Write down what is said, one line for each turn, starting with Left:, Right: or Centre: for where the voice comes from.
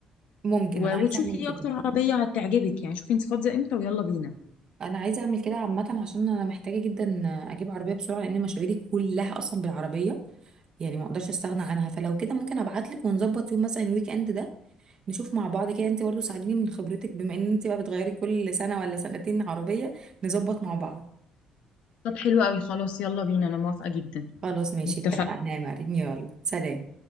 Right: ممكن
Left: و-
Right: انا عايزة
Left: وتشوفي
Right: اعمل كده
Left: ايه اكتر عربية هتعجبك يعني شوفي انت فاضية امتى ويلا بينا
Right: انا عايزه اعمل كده عامه عشان انا محتاجه جدا اجيب عربيه بسرعه لان مشاويري كلها اصلا بالعربيه يعني ما اقدرش استغنى عنها فلو كده ممكن ابعت لك ونظبط يوم مثلا الويك اند ده نشوف مع بعض كده انت برضو ساعديني من خبرتك بما ان انت بقى بتغيري كل سنه ولا سنتين عربيه نظبط مع بعض
Left: طب حلو قوي خلاص يلا بينا انا موافقة جدا
Right: خلاص ماشي
Left: اتفقنا
Right: اتفقنا يا مريم يلا سلام